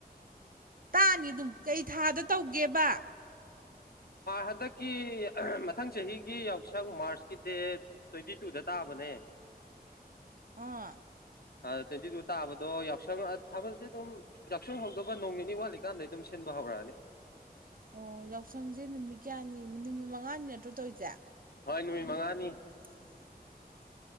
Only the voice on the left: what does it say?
ꯍꯟꯗꯛꯀꯤ ꯃꯊꯪ ꯆꯍꯤꯒꯤ ꯌꯥꯎꯁꯪ ꯃꯥꯔꯁꯀꯤ ꯗꯦꯠ ꯇ꯭ꯋꯦꯟꯇꯤ ꯇꯨꯗ ꯇꯥꯕꯅꯦ
ꯑ ꯇ꯭ꯋꯦꯟꯇꯤ ꯇꯨ ꯇꯥꯕꯗꯣ ꯌꯥꯎꯁꯪ ꯊꯥꯕꯜꯁꯦ ꯑꯗꯨꯝ ꯌꯥꯥꯛꯁꯪꯍꯧꯗꯧꯕ ꯅꯣꯡ ꯅꯤ ꯋꯥꯠꯂꯤꯀꯥꯟꯗꯩ ꯑꯗꯨꯝ ꯁꯤꯟꯕ ꯍꯧꯔꯛꯑꯅꯤ
ꯍꯣꯏ ꯅꯨꯃꯤꯠ ꯃꯉꯥꯅꯤ